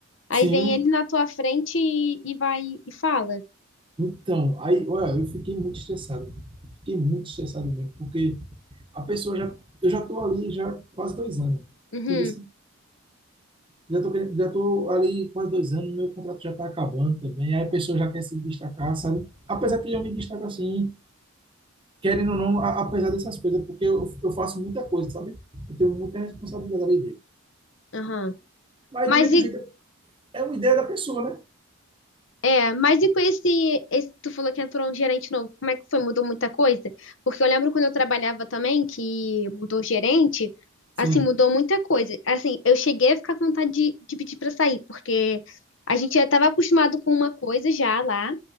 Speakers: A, on the left; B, on the right.
A: aí
B: Sim.
A: vem ele na tua frente e, e vai e fala.
B: Então, aí, olha, eu fiquei muito estressado. Fiquei muito estressado mesmo, porque a pessoa já, eu já tô ali já quase dois anos.
A: Uhum,
B: Entendeu? Já tô, querendo- já tô ali quase dois anos, meu contrato já está acabando também. Aí a pessoa já quer se destacar, sabe? Apesar que eu me destaco assim, querendo ou não, a- apesar dessas coisas, porque eu, eu faço muita coisa, sabe? Eu tenho muita responsabilidade ali dentro.
A: aham.
B: Mas
A: Mas
B: do mesmo
A: e
B: jeito, é uma ideia da pessoa, né?
A: é, mas e com esse, esse tu falou que entrou um gerente novo, como é que foi? Mudou muita coisa? Porque eu lembro quando eu trabalhava também que mudou o gerente,
B: Sim.
A: assim, mudou muita coisa. Assim, eu cheguei a ficar com vontade de, de pedir pra sair, porque a gente já estava acostumado com uma coisa já lá.